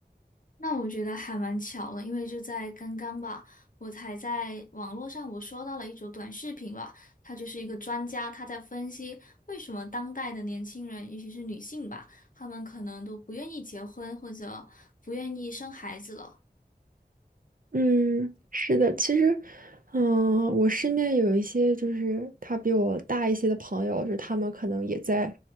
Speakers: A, on the left; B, on the right.
A: 那我觉得还蛮巧的，因为就在刚刚吧，我才在网络上我刷到了一组短视频吧，他就是一个专家，他在分析为什么当代的年轻人，尤其是女性吧，她们可能都不愿意结婚或者不愿意生孩子了。
B: 嗯，是的，其实，嗯、我身边有一些就是他比我大一些的朋友，就是他们可能也在